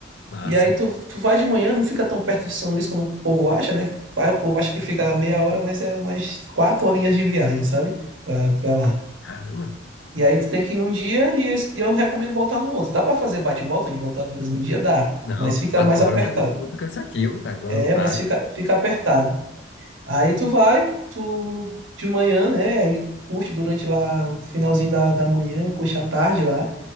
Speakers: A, on the left (about 60°); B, on the right (about 85°).
A: Massa.
B: E aí tu, tu vai de manhã, não fica tão perto de São Luís quando o povo acha, né? Ah, O povo acha que fica meia hora, mas é umas quatro horinhas de viagem, sabe? Pra, pra lá.
A: Caramba.
B: E aí tu tem que ir num dia e eu, e eu recomendo voltar no outro. Dá pra fazer bate e volta de voltar no mesmo dia? Dá.
A: Não,
B: Mas fica
A: quatro
B: mais apertado.
A: horas é muito, muito cansativo, cara. Não,
B: É,
A: não dá.
B: mas fica, fica apertado. Aí tu vai, tu de manhã, né? Aí curte durante lá o finalzinho da, da manhã, curte à tarde lá.